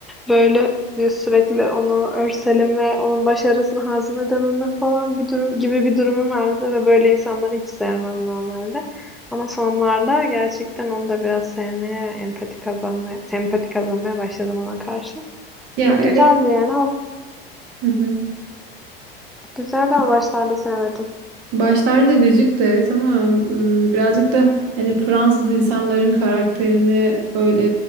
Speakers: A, in the centre; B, on the right (about 55°).
A: böyle bir sürekli onu örseleme, onun başarısını hazmedememe falan bir durum gibi bir durumu vardı ve böyle insanları hiç sevmem normalde. Ama sonlarda gerçekten onu da biraz sevmeye ve empati kazanmaya, sempati kazanmaya başladım ona karşı.
B: Ya
A: E, güzeldi
B: evet.
A: yani. ama-
B: Hı hı.
A: Güzeldi ama başlarda sevmedim.
B: Başlarda gıcıktı evet ama mm, birazcık da hani Fransız insanların karakterini öyle